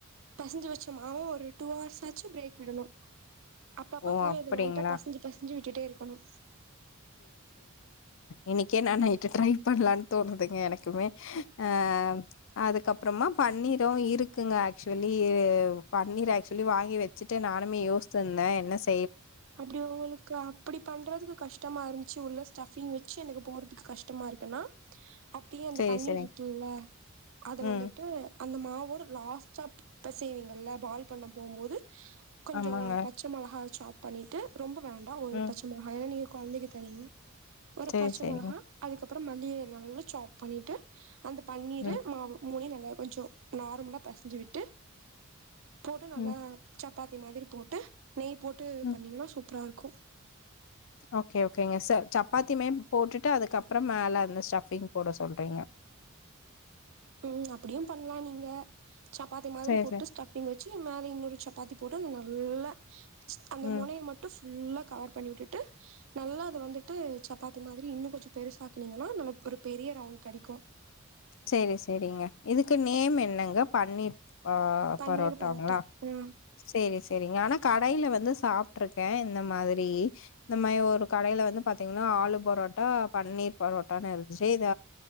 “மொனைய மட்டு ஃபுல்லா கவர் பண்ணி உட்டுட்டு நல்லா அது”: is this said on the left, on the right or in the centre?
Right